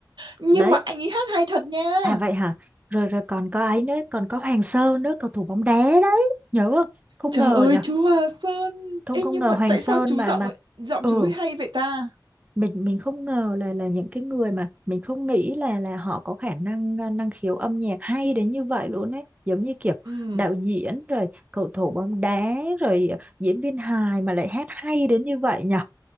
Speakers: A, on the right; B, on the right.
A: nhưng
B: đấy
A: mà anh ấy hát hay thật nha.
B: à vậy hả rồi rồi còn có ấy nữa còn có Hoàng Sơn nữa cầu thủ bóng đá đấy nhớ không không
A: Trời
B: ngờ
A: ơi
B: nhỉ
A: chú Hà Sơn.
B: không
A: Ê
B: không
A: nhưng
B: ngờ
A: mà
B: Hoàng
A: tại
B: Sơn
A: sao chú
B: mà
A: giọng
B: mà
A: ấy- giọng
B: ừ
A: chú ấy hay vậy ta?
B: mình mình không ngờ là là những cái người mà mình không nghĩ là là họ có khả năng à, năng khiếu âm nhạc hay đến như vậy luôn ấy giống như kiểu
A: Ừ.
B: đạo diễn rồi cầu thủ bóng đá rồi à, diễn viên hài mà lại hát hay đến như vậy nhỉ